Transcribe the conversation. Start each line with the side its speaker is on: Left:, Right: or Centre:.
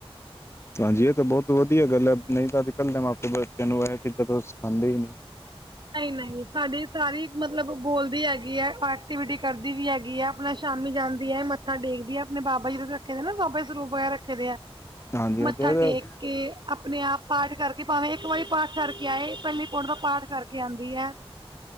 Left: ਹਾਂਜੀ ਇਹ ਤਾਂ ਬਹੁਤ ਵਧੀਆ ਗੱਲ ਐ ਨਹੀਂ ਤਾਂ ਅੱਜ ਕੱਲ ਦੇ ਮਾਪੇ ਬੱਚਿਆਂ ਨੂੰ ਇਹ ਕਿਵੇ ਦਾ ਸਿਖਾਂਦੇ ਈ ਨਹੀਂ
Right: ਨਹੀਂ ਨਹੀਂ ਸਾਡੀ ਸਾਰੀ ਮਤਲਬ ਬੋਲਦੀ ਹੈਗੀ ਹੈ, ਐਕਟੀਵਿਟੀ ਕਰਦੀ ਵੀ ਹੈਗੀ ਹੈ। ਆਪਣਾ ਸ਼ਾਮੀ ਜਾਂਦੀ ਐ ਮੱਥਾ ਟੇਕਦੀ ਐ, ਆਪਣੇ ਬਾਬਾ ਜੀ ਰੱਖੇ ਦੇ ਨਾ, ਬਾਬਾ ਸਰੂਪ ਵਗੈਰਾ ਰੱਖੇ ਦੇ ਆ।
Left: ਹਾਂਜੀ
Right: ਮੱਥਾ
Left: ਹਾਂਜੀ
Right: ਟੇਕ ਕੇ ਆਪਣੇ ਆਪ ਪਾਠ ਕਰਕੇ ਭਾਵੇਂ ਇੱਕ ਵਾਰੀ ਪਾਠ ਕਰਕੇ ਆਏ, ਪਹਿਲੀ ਪੌੜੀ ਦਾ ਪਾਠ ਕਰਕੇ ਆਂਦੀ ਐ।